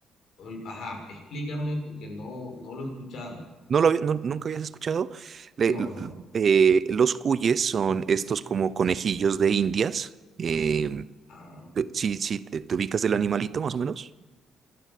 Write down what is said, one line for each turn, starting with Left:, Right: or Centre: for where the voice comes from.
Left: Ol- Ajá, explícame porque no, no lo he escuchado.
Right: ¿No lo había- no- nunca habías escuchado? Le-
Left: No,
Right: l-
Left: no.
Right: eh, los cuyes son estos como conejillos de Indias. eh,
Left: Ah,
Right: de- si, si te, te ubicas del animalito, más o menos.